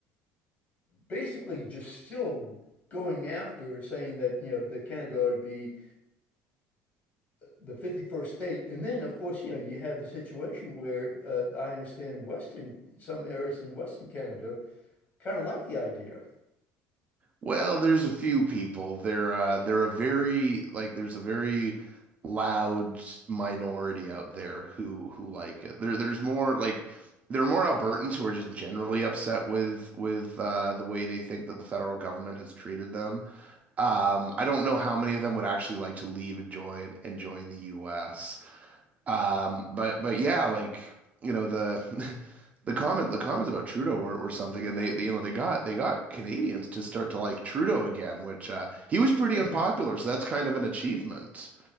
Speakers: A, on the left; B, on the right.
A: basically just still going after saying that, you know, the Canada ought to be the 51st state. And then, of course, you know, you have the situation where uh, I understand Western, some areas in Western Canada kind of like the idea.
B: Well, there's a few people. They're uh, they're a very like there's a very loud minority out there who who like it. There there's more like there are more Albertans who are just generally upset with with uh, the way they think that the federal government has treated them. Um, I don't know how many of them would actually like to leave and join and join the U.S. Um, but but yeah, like you know the <laughs> the comment the comments about Trudeau or, or something, and they, they you know they got they got Canadians to start to like Trudeau again, which uh, he was pretty
A: <laughs>
B: unpopular, so that's kind of an achievement.